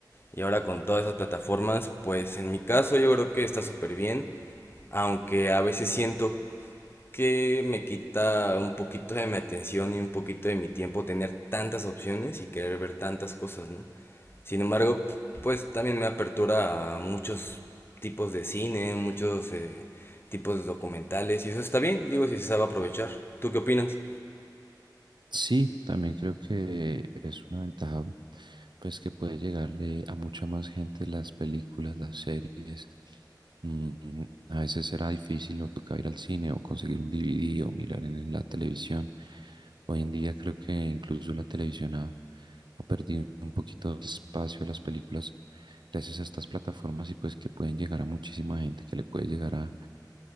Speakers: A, on the left; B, on the right.
A: Y ahora con todas esas plataformas, pues en mi caso yo creo que está súper bien, aunque a veces siento que me quita un poquito de mi atención y un poquito de mi tiempo tener tantas opciones y querer ver tantas cosas, ¿no? Sin embargo, pues también me apertura a muchos tipos de cine, muchos eh, tipos de documentales y eso está bien, digo, si se sabe aprovechar. ¿Tú qué opinas?
B: Sí, también creo que es una ventaja, pues que puede llegarle a mucha más gente las películas, las series. Mm, a veces será difícil no toca ir al cine o conseguir un DVD o mirar en la televisión. Hoy en día creo que incluso la televisión ha, ha perdido un poquito de espacio a las películas gracias a estas plataformas y pues que pueden llegar a muchísima gente, que le puede llegar a,